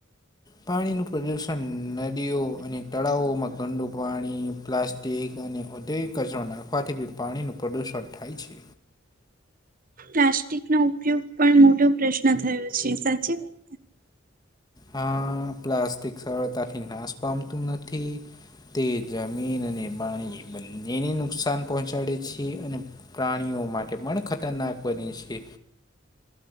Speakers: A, on the left; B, on the right.
A: પાણીનું પ્રદુષણ નદીઓ અને તળાવોમાં ગંડુ પાણી પ્લાસ્ટ તેગ અને ઉદ્યોગિક કચરો નાખવાથી બી પાણીનું પ્રદુષણ થાય છે.
B: પ્લાસ્ટિક નો ઉપયોગ પણ મોટો પ્રશ્ન થયો છે સાચી વાત
A: હા પ્લાસ્ટિક સરળતાથી નાશ પામતું નથી. તે જમીન અને પાણી બંનેને નુકસાન પહોંચાડે છે અને પ્રાણીઓ માટે પણ ખતરનાક બને છે.